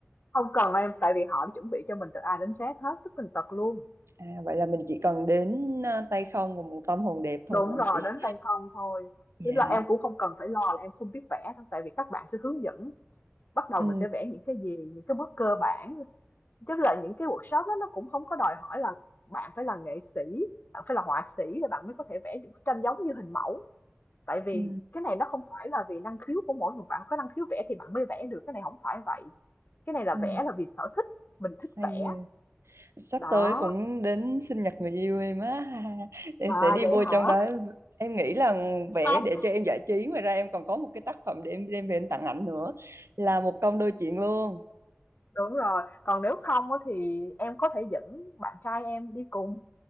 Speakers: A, on the left; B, on the right.
A: không cần em tại vì họ chuẩn bị cho mình từ A đến Z hết tức tần tật luôn
B: à, vậy là mình chỉ cần đến à, tay không và một tâm hồn đẹp thôi
A: đúng
B: phải không
A: rồi
B: chị?
A: đến tay không thôi
B: Dạ.
A: tức là em cũng không cần phải lo là em không biết vẽ đâu tại vì các bạn sẽ hướng dẫn bắt đầu
B: Ừ.
A: mình sẽ vẽ những cái gì những cái bước cơ bản tức là những cái workshop đó nó cũng không có đòi hỏi là bạn phải là nghệ sĩ bạn phải là họa sĩ để bạn mới có thể vẽ những bức tranh giống như hình mẫu Tại vì
B: Ừ.
A: cái này nó không phải là vì năng khiếu của mỗi người, bạn có năng khiếu vẽ thì bạn mới vẽ được, cái này không phải vậy, cái này là
B: Ừ.
A: vẽ là vì sở thích, mình thích
B: Hay
A: vẽ.
B: ghê. Sắp
A: Đó,
B: tới cũng đến sinh nhật người yêu em á. <laughs> Em
A: à,
B: sẽ đi
A: vậy
B: vô
A: hả?
B: trong đó. Em nghĩ là vẽ
A: không
B: để cho em giải trí ngoài ra em còn có một cái tác phẩm để em đem về em tặng ảnh nữa là một công đôi chuyện luôn.
A: đúng rồi, còn nếu không á thì em có thể dẫn bạn trai em đi cùng,